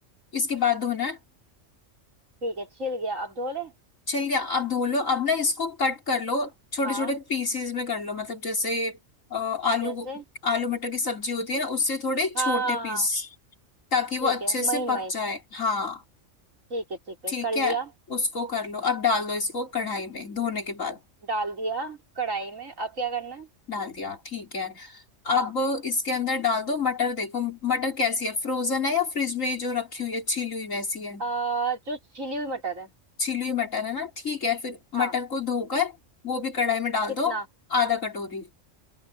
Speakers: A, on the left; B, on the right.
A: इसके बाद धोना है
B: ठीक है छिल गया अब धो ले
A: छिल गया अब धो लो अब ना इसको कट कर लो छोटे
B: हाँ
A: छोटे पीसेस में कर लो मतलब जैसे अ, आलू
B: जैसे
A: आलू मटर की सब्जी होती है ना उससे थोड़े
B: हाँ
A: छोटे
B: हाँ
A: पीस
B: हाँ
A: ताकि वो
B: ठीक
A: अच्छे
B: है
A: से
B: महीन
A: पक
B: महीन
A: जाए हाँ
B: ठीक है ठीक है
A: ठीक
B: कर लिया
A: है उसको कर लो अब डाल दो इसको कढ़ाई में धोने के बाद
B: डाल दिया कढ़ाई में अब क्या करना है
A: डाल दिया ठीक है
B: हाँ
A: अब इसके अंदर डाल दो मटर देखो मटर कैसी है फ्रोजन है या फ्रिज में जो रखी हुई है छीली हुई वैसी है
B: आ, जो छिली हुई मटर है
A: छीली हुई मटर है ना ठीक है फिर
B: हाँ
A: मटर को धोकर वो भी कढ़ाई में डाल
B: कितना
A: दो आधा कटोरी